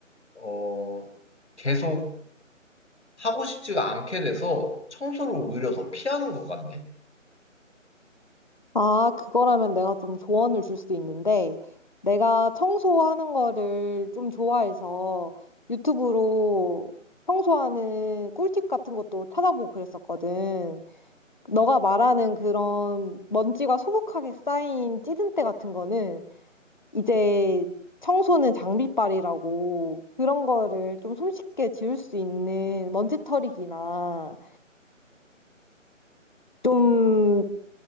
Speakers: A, on the left; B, on the left.
A: 어 계속 하고 싶지가 않게 돼서 청소를 오히려 더 피하는 것 같네.
B: 아, 그거라면 내가 좀 조언을 줄 수 있는데 내가 청소하는 거를 좀 좋아해서 유튜브로 청소하는 꿀팁 같은 것도 찾아보고 그랬었거든. 너가 말하는 그런 먼지가 소복하게 쌓인 찌든때 같은 거는 이제 청소는 장비빨이라고 그런 거를 좀 손쉽게 지울 수 있는 먼지털이기나 좀